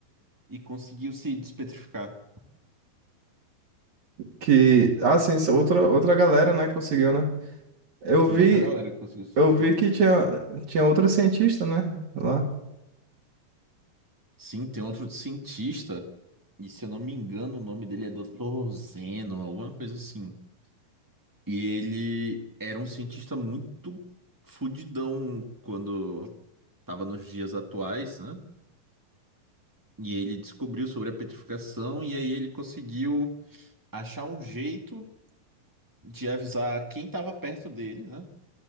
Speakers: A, on the right; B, on the right.
A: e conseguiu se despetrificar.
B: Que, ah, sim, isso é outra, outra galera, né, conseguiu, né? Eu
A: Sim,
B: vi,
A: outra galera que conseguiu se
B: Eu
A: despetrificar.
B: vi que tinha, tinha outro cientista, né? Lá.
A: Sim, tem outro cientista, e se eu não me engano, o nome dele é Dr. Zeno, alguma coisa assim. E ele era um cientista muito fudidão quando estava nos dias atuais, né? E ele descobriu sobre a petrificação e aí ele conseguiu achar um jeito de avisar quem estava perto dele, né?